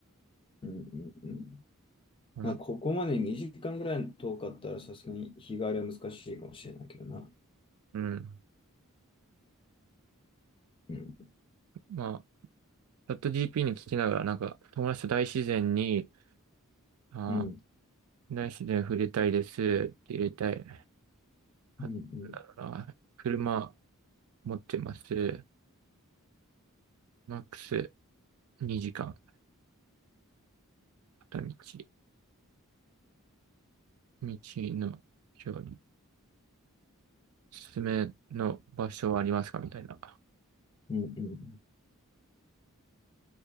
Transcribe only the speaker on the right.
まあなんか
うん。
まあ、チャット GP に聞きながら、なんか、友達と大自然に、あ
ー大自然触れたいです。入れたい。あ、
なんだろうな。
車持ってます。マックス2時間。片道。道の距離。おすすめの場所はありますかみたいな。